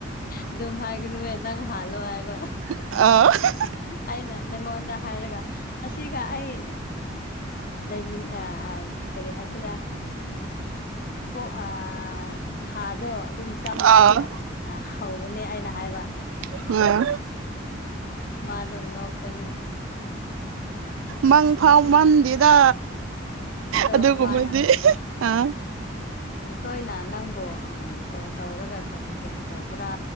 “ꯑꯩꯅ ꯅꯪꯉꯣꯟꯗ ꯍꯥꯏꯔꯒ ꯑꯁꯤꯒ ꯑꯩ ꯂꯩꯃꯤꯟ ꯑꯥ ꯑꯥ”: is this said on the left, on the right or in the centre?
Left